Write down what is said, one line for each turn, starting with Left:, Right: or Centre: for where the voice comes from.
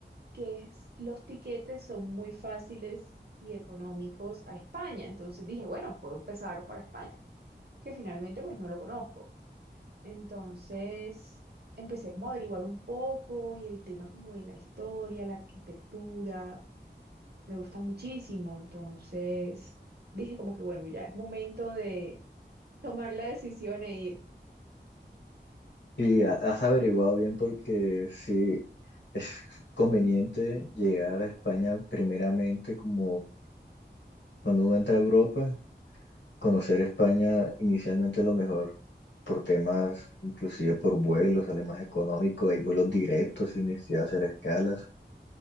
Right: que es- los tiquetes son muy fáciles y económicos a España. Entonces dije, bueno, puedo empezar para España, que finalmente pues no lo conozco. Entonces empecé como a averiguar un poco y el tema como de la historia, la arquitectura, me gusta muchísimo. Entonces dije como que bueno, ya es momento de tomar la decisión e ir,
Left: Y ha- has averiguado bien porque sí es conveniente llegar a España primeramente como cuando uno entra a Europa. Conocer España inicialmente lo mejor por temas, inclusive por vuelos, sale más económico, hay vuelos directos sin necesidad de hacer escalas.